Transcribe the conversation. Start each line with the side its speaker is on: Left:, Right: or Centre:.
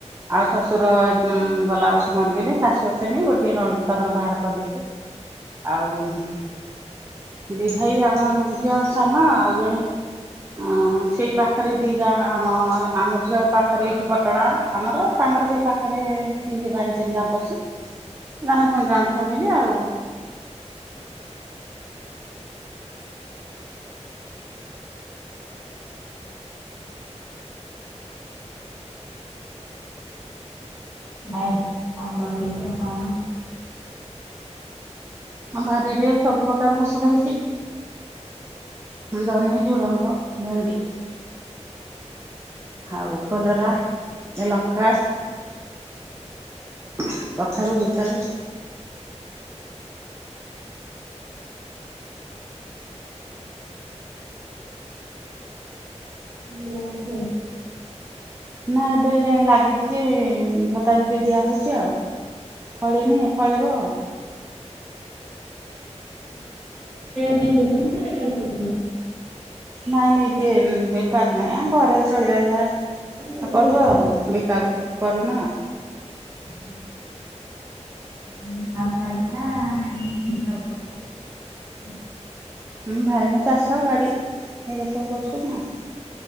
Right: ଆଉ ଶ୍ୱଶୁର ଅ ଗଲା ବର୍ଷ ମରିଗଲେ ଶାଶୁ ଆସେନି ଆଉ ଗୋଟିଏ ନଣନ୍ଦ ତାଙ୍କର ବାହାଘର କରିଦେଇଛି। ଆଉ ଦି ଭାଇ ଆମ ଝିଅ ସାନ ଆଉ ଜଣେ ହଁ ସେଇ ପାଖରେ ଦି ଯା। ହଁ ଆମ ଝିଅ ପାଖରେ ଏଇଠି ପଟଣା ଆମର ତାଙ୍କର ସେଇ ପାଖରେ ସେଇ ବାଲି ଜେମିନା। ଅଛି ନା ନା ଜଏଣ୍ଟ ଫ୍ୟାମିଲି ଆଉ।
Centre: ବାଇରେ ସବୁ କଣ ଲଗେଇଛ କଣ?
Right: ଆମ ବାରିରେ ସବୁ ପ୍ରକାର ଫସଲ ହେଇଛି। ଜହ୍ନି ଝୁଡଙ୍ଗ ଭେଣ୍ଡି। ଆଉ କଲରା ଲଙ୍କା। କଖାରୁ ବୋଇତାଳୁ
Centre: ହେଲାଣି ଯେ
Right: ନା ଏବେ ଯାଏ ଲାଗିଚି ଉଁ ଝଟାଝଟି ଦିଆ ହଉଚି ଆଉ। ଫଳିନି, ଏ ଫଳିବ।
Centre: ହ ନା ଦୋକାନ ନା ବେପାର କରୁ <inaudible>
Right: ନାଇଁ ନିଜେ ଉଁ, ବେପାର ନାଇଁ ଆମ ଘରେ ଚଳିବା ବି ଖା
Centre: ଦୂର
Right: ଅଁ,
Centre: ହେଇକି
Right: କରୁ ଆଉ
Centre: କରିଛ
Right: ବିକା ବୁକି କରୁନା।
Centre: <unintelligible> ମୁଁ ହାଉସ ୱାଇଫ୍ ନା ନାହିଁ <inaudible> ହଁ।
Right: ଉଁ, ଭାଇନା ଚାଷ, ଗାଡି ଏଇରା ସବୁ କରୁଛନ୍ତି ଆଉ।